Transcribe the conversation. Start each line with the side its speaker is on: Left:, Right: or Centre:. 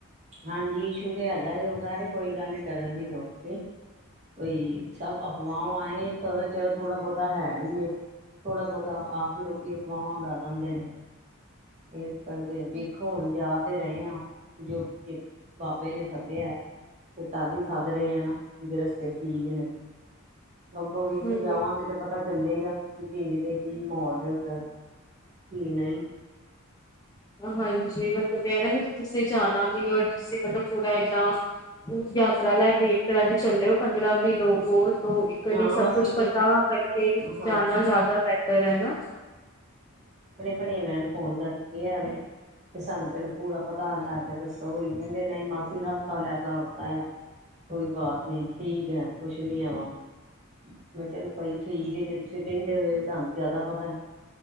Right: ਹਾਂਜੀ। ਇਸ਼ੂ ਤੇ ਹੈਗਾ ਉਹਗਾ ਨੇ ਕੋਈ ਗੱਲ ਨੀ ਡਰਨ ਦੀ ਲੋੜ ਨਹੀਂ। ਬਈ, ਸਭ ਅਫਵਾਹ ਆਏ ਥੋਾ ਚਿਰੋ ਥੋੜਾ- ਬਹੁਤਾ ਹੈ ਵੀ ਥੋੜਾ- ਬਹੁਤਾ ਆਪ ਲੋਕੀ ਅਫਵਾਹਾਂ ਉਡਾ ਦਿੰਦੇ ਨੇ। ਇਸ ਕਰਕੇ ਵੇਖੋ ਜਾ ਤੇ ਰਹੇ ਹਾਂ, ਜੋ ਬਾਬੇ ਨੇ ਸੱਦਿਆ ਹੈ। ਤੇ ਤਾ ਹੀ ਸੱਧ ਰਹੇ ਆ। ਨਾ ਜ ਰਸਤੇ ਠੀਕ ਨੇ ਤੇ ਅੱਗੋਂ ਵੇਖੋ
Left: ਹੂੰ
Right: ਜਾਵਾਂਗੇ। ਤੇ ਪਤਾ ਚੱਲੇਗਾ। ਕਿ ਕਿਤੇ ਕੀ ਮਾਹੌਲ ਹੈ ਓਦਾਂ ਦਾ ਕੀ ਨਹੀਂ।
Left: ਹਾਂਜੀ। ਮਤਲਬ ਇਹ ਨਾ ਕਿ ਤੁਸੀਂ ਜਾਣਾ ਵੀ ਔਰ ਤੁਸੀਂ ਮਤਲਬ ਪੂਰਾ ਏਦਾਂ ਯਾਤਰਾ ਲੈ ਕੇ ਇੱਕ ਤਰ੍ਹਾਂ ਦੀ ਚੱਲਿਓ ਪੰਦਰਾਂ- ਵੀਹ ਲੋਕ ਹੋ ਇੱਕ ਨ
Right: ਹਾਂ
Left: ਸਭ
Right: ਅਸੀਂ
Left: ਕੁਛ
Right: ਤੇ
Left: ਪਤਾ ਕਰਕੇ
Right: ਹਾਂ
Left: ਜਾਣਾ ਜ਼ਿਆਦਾ ਬਿਹਤਰ ਹੈ ਨਾ।
Right: ਪਾਣਵਏ ਨੂੰ ਫੋਨ ਕਰਕੇ ਕਿਹਾ ਵੇ। ਤੇ ਸਾਨੂੰ ਪਹਿਲਾਂ ਪੂਰਾ ਪਤਾ ਲੈ ਕੇ ਦੱਸੋ। ਉਹੀ ਕਹਿੰਦੇ ਨਹੀਂ, ਮਾਸੀ ਹਲਥਾ ਲੈ ਕੇ ਥ ਐ। ਕੋਈ ਬਾਤ ਨੀ ਠੀਕ ਹੈ। ਕੁਝ ਨਹੀ ਹੈਗਾ। ਮੈ ਕਿਹਾ ਚਲੋ ਭਾਈ ਠੀਕ ਹੈ। ਜੇ ਤੁਸੀ ਕਹਿੰਦੇ ਪੈਏ ਹੋ ਤਹਾਨੂੰ ਜਾਦਾ ਪਤਾ